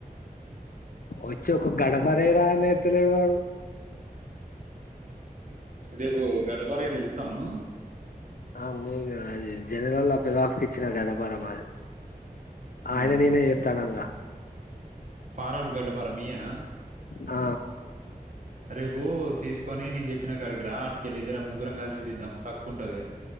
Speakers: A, on the left; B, on the right.
A: వచ్చి ఒక గడ్డపారెయ్యిరా అంటే ఏత్తలేడు వాడు.
B: రేపూ గడ్డపార గిట్ల తెత్తవా నువ్వు.
A: ఆ నేను అది జనగావుల్లా పెద్దబాపు కి ఇచ్చిన గడ్డపార మాది.
B: నీ
A: ఆయన నేనే చేతానంగా.
B: పారబ్ గడ్డపార మీయేనా.
A: ఆ
B: రేపూ తీసుకొని నేన్ చెప్పిన కాడికిరా, అటుకెళ్ళి ఇద్దరం ముగ్గురం కలిసితీద్దాం తక్కువుంటది.